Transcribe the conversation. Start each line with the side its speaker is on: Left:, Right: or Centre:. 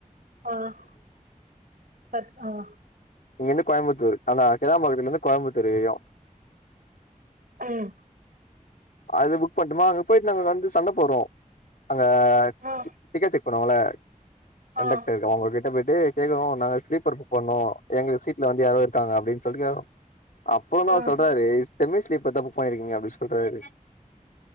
Right: ஆஹ் ப ஆஹ்
Left: இங்கருந்து கோயம்புத்தூர் ஆந்தா கெளாம்பாக்கத்துலருந்து கோயம்புத்தூர் ஏரியா
Right: உம்
Left: அது புக் பண்ட்டமா அங்க பொயிட்டு நாங்க வந்து சண்ட போட்றோ அங்க
Right: ஆ
Left: <unintelligible> கண்டக்டரு
Right: ஆ
Left: அவுங்க கிட்ட போயிட் கே கேக்குனு நாங்க ஸ்லீப்பர் புக் பண்ணு எங்க சீட் <unintelligible> யாறோ இருக்காங்க அப்டின்னு சொல்லிக்கோ அப்றோ தா
Right: ஆ
Left: சொல்றாரு செமிஸ் இப்ப தப்பு பண்ணிருக்கீங்க அப்டி சொல்றாரு